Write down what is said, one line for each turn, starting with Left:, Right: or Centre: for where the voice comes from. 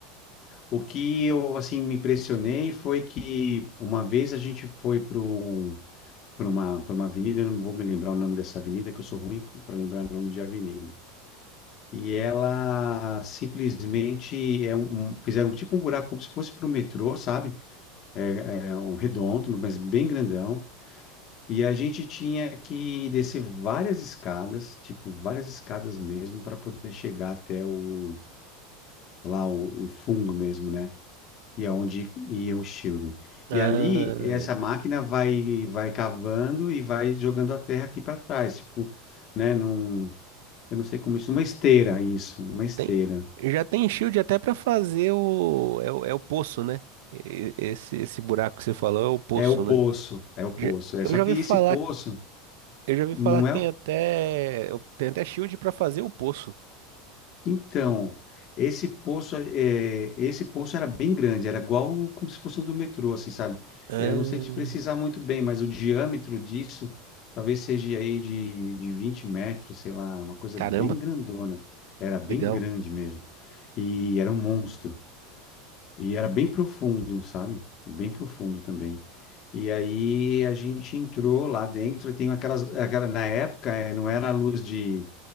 Left: o que eu assim me impressionei foi que uma vez a gente foi para um, para uma, para uma avenida, eu não vou me lembrar o nome dessa avenida, que eu sou ruim para lembrar o nome de avenida. E ela simplesmente é um, um- fizeram tipo um buraco como se fosse para o metrô, sabe? É, é um redondo, mas bem grandão. E a gente tinha que descer várias escadas, tipo várias escadas mesmo, para poder chegar até o lá o, o fundo mesmo, né? E aonde ia o shielding.
Right: Ah,
Left: E ali essa máquina vai vai cavando e vai jogando a terra aqui para trás, tipo, né? Num, eu não sei como isso, uma esteira, isso, uma esteira.
Right: tem, já tem Shield até pra fazer o, é, o, é o poço, né? E- Esse, esse buraco que você falou é o poço,
Left: É o poço,
Right: né?
Left: é o poço.
Right: Já-
Left: É
Right: eu
Left: só
Right: já
Left: que
Right: ouvi falar,
Left: esse poço
Right: eu já ouvi
Left: não
Right: falar que
Left: é.
Right: tem até, tem até Shield pra fazer o poço.
Left: Então, esse poço, é, esse poço era bem grande, era igual como se fosse um do metrô, assim, sabe?
Right: Ah,
Left: É, eu não sei te precisar muito bem, mas o diâmetro disso talvez seja aí de, de 20 metros, sei lá, uma coisa
Right: caramba,
Left: bem grandona. Era bem
Right: legal.
Left: grande mesmo. E era um monstro. E era bem profundo, sabe? Bem profundo também. E aí a gente entrou lá dentro, e tem aquelas, aquela, na época eh, não era a luz de,